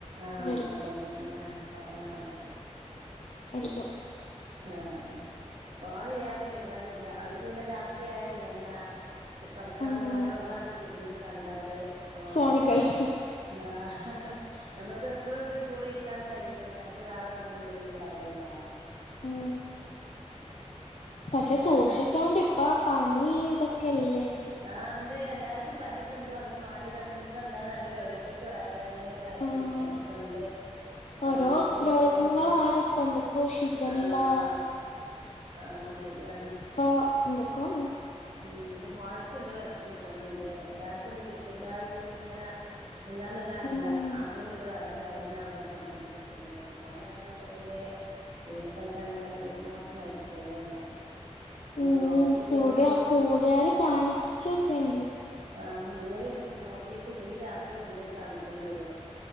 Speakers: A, on the right; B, on the left.
A: ആഹ
B: വലുത്
A: അതന്നെ പോകാനല്ലെ
B: എണിറ്റോ
A: ആഹ പോണില്ലാത്ത പരിപാടി ഇല്ല അവർക്ക് പിന്നെ രാത്രി ആയലും തന്നെ പഠിക്കാ
B: ആഹ്
A: നിന്നാലും നമ്മളാണ്ട് തിരിഞ്ഞ് നിന്ന്കണ്ടാല് ഫോൺ
B: ഫോണ്
A: ട്ട്
B: കളി
A: കളിക്കാ ആഹ നമ്മക്ക് എപ്പഴും ഇപ്പ കൂടെ ഇരിക്കാനും കഴിലല്ലോ നമക്ക് വേറെ പണി എന്തെങ്കിലും ഉണ്ടാവോല്ലേ
B: ഉ പക്ഷെ
A: വേറെ
B: സൂക്ഷിച്ചോണ്ട് പ്പ പനി ഇതക്കല്ലേ
A: ആ ഉണ്ട് എല്ലാർക്കും പനിക്കെ ഉണ്ട് വന്ന് മാറിതാണ് ഇനി ഇപ്പൊ എന്താന്ന അറിയില്ല ഒരോത്തർക്ക് വയറ് വേദനയുംവയറ്റിന്ന്
B: ആഹ്
A: പോക്കണ്ട് നാത്തൂൻ
B: ഓരോ
A: പോവണ്ട്
B: രോഗങ്ങളാണ് ഇപ്പ എന്തൊക്കോ ഷിഗല്ല
A: ആഹ ആഹ ശരിയാണ്
B: ഇപ്പ എന്തക്കഉണ്ട്
A: ഉം ഇപ്പൊ മോനിക്കുണ്ട് വയറ്റിന്ന് പോണണ്ട് എല്ലാർക്കും ഇണ്ട് ചെറു ചെറതായിട്ട് ഇങ്ങനെ എന്താന്നല്ലാം അറിയില്ല
B: ഉം
A: നാത്തൂനുണ്ട് വയറ് വേദന വേദന അവിടെന്ന്പറഞ്ഞു നിറഞ്ഞൊണ്ടിക്കുന്നുണ്ട് ഓ നാണെന്നുണ്ടെങ്കില് ലൂസായിട്ട് അങ്ങനെ ലൂസ് മോഷ നായിട്ട് പോവണേ അന്ന്
B: ഉം
A: നോക്കിട്ട്
B: കൂടിയ
A: എന്തഅന്നും
B: കൂടിയാല് കാണിപ്പിച്ചൊക്കെണ്ട്
A: ആഹ് ഒന്നും കൂടി നോക്കിട്ട് ഇല്ലെങ്കിൽ രാത്രി കൊണ്ടോയി കാണിക്കേണ്ടി വരുവോ